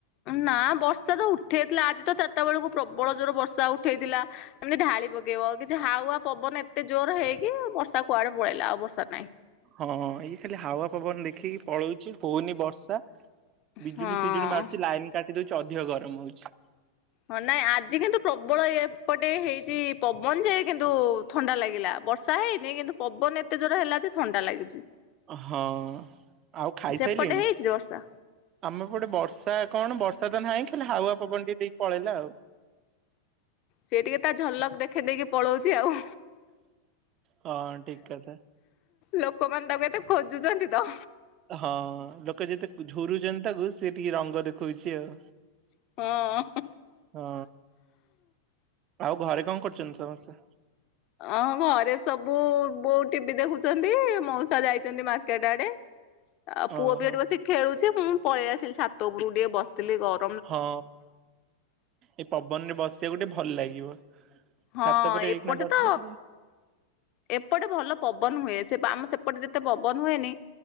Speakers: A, on the left; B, on the right.
A: ନା ବର୍ଷା ତ ଉଠେଇଥିଲା ଆଜି ତ ଚାରିଟା ବେଳକୁ ପ୍ରବଳ ଜୋର ବର୍ଷା ଉଠ ଇଥିଲା ଏମିତି ଢାଳି ପକେଇବ କି ଯେ ହାୱା ପବନ ଏତେ ଜୋର ହେଇକି ବର୍ଷା କୁଆଡ଼େ ପଳେଇଲା ଆଉ ବର୍ଷା ନାହିଁ।
B: ହଁ ଏଇ ଖାଲି ହାୱା ପବନ ଦେଖିକି ପଳଉଛି ହଉନି ବର୍ଷା। ବିଜୁଳି
A: ହଁ।
B: ଫିଜୁଳି ମାରୁଛି ଲାଇନ କାଟି ଦଉଛି ଅଧିକ ଗରମ ହଉଛି।
A: ହଁ ନାଇଁ ଆଜି କିନ୍ତୁ ପ୍ରବଳ ଏପଟେ ହେଇଛି ପବନ ଯେ କିନ୍ତୁ ଥଣ୍ଡା ଲାଗିଲା ବର୍ଷା ହେଇନି କିନ୍ତୁ ପବନ ଏତେ ଜୋର ହେଲା ଯେ ଥଣ୍ଡା ଲାଗୁଚି।।
B: ହଁଉ ଆଉ ଖାଇସାରିଲେଣି?
A: ସେପଟେ ହେଇଛି ବର୍ଷା।
B: ଆମ ପଟେ ବର୍ଷା କଣ ବର୍ଷା ତ ନାହିଁ ଖାଲି ହାୱା ପବନ ଟିକେ ଦେଇକି ପଳେଇଲା ଆଉ।
A: ସେ ଟିକେ ତା ଝଲକ ଦେଖେଇଦେଇକି ପଳଉଛି ଆଉ ହୁଁ।
B: ହଁ ଠିକ କଥା।
A: ଲୋକମାନେ ତାକୁ କେତେ ଖୋଜୁଛନ୍ତି ତ।
B: ହଁ ଲୋକ ଯେତେ ଝୁରୁଛନ୍ତିଛନ୍ତି ତାକୁ ସେ ଟିକେ ରଙ୍ଗ ଦେଖଉଛି ଆଉ।
A: ହଁ।
B: ହଁ ଆଉ ଘରେ କଣ କରୁଛନ୍ତି ସମସ୍ତେ?
A: ଅଁ ଘରେ ସବୁ ବୋଉ ଟିଭି ଦେଖୁଛନ୍ତି ମଉସା ଯାଇଛନ୍ତି ମାର୍କେଟ ଆଡେ। ଆଉ ପୁଅ
B: ଓହୋ
A: ବି ଏଠି ବସିିକ ଖେଳୁଛି ମୁଁ ପଳେଇ ଆସିଲି ସାତ ଉପରୁ ଟିକେ ବସିଥିଲି ଘରୁ
B: ହଁ ଏ ପବନ ରେ ବସିବାକୁ ଟେ ଭଲ ଲାଗିବ।
A: ହଁ
B: ଛାତ ଉପରେ ଏଇଖିଣା
A: ଏପଟେ
B: ବସିଲେ
A: ତ
B: ଟିକେ
A: ଏପଟେ ଭଲ ପବନ ହୁଏ ସେ ଆମ ସେପଟେ ଯେତେ ପବନ ହୁଏନି